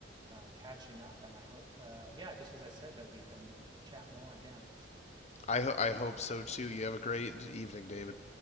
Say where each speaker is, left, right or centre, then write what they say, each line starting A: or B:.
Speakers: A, on the right; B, on the left.
A: uh, catching up, and I hope, uh, yeah, just as I said, that we can chat more again.
B: I ho- I hope so too. You have a great evening, David.